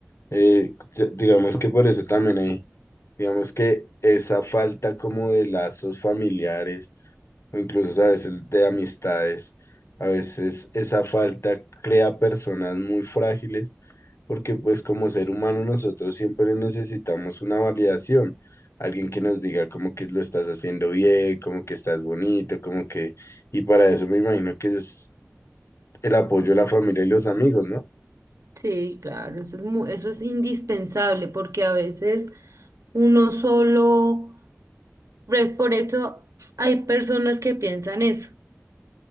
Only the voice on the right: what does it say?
Sí, claro, eso es mu- eso es indispensable porque a veces uno solo, pues por eso hay personas que piensan eso,